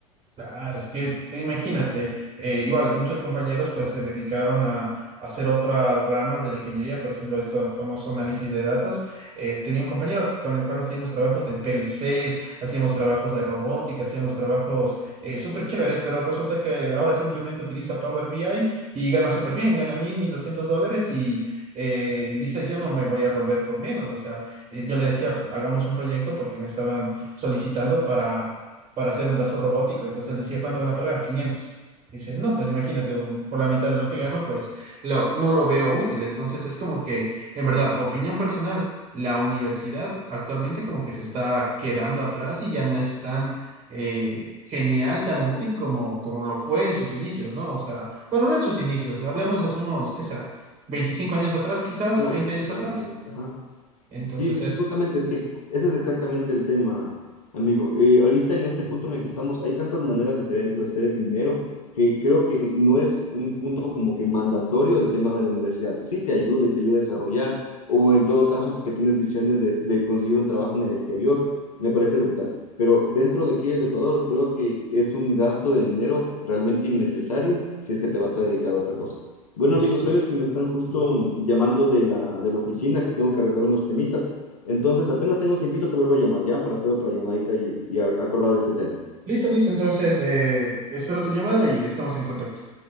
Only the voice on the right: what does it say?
Claro, es que eh, imagínate, eh, igual muchos compañeros pues se dedicaron a, a hacer otras ramas de la ingeniería, por ejemplo, esto famoso análisis de datos. Eh, tenía un compañero que- con el cual hacíamos trabajos en PLCs, hacíamos trabajos de robótica, hacíamos trabajos eh, súper chéveres, pero resulta que ahora simplemente utiliza Power BI y gana súper bien, gana mil, mil doscientos dólares y eh, él dice, yo no me voy a volver por menos. O sea, eh, yo le decía, hagamos un proyecto porque me estaban solicitando para hacer un brazo robótico. Entonces él decía, ¿cuánto van a pagar? quinientos Dice, no, pues imagínate, un- por la mitad de lo que gano, pues lo, no lo veo útil. Entonces es como que, en verdad, opinión personal, la universidad actualmente como que se está quedando atrás y ya no es tan eh, genial, tan útil como, como lo fue en sus inicios, ¿no? O sea, bueno, no en sus inicios, hablemos hace unos, ¿qué será? veinticinco años atrás, quizás,
20 años
atrás.
Entonces
eso,
eso
sí.
Listo, listo. Entonces, eh, espero tu llamada y estamos en contacto.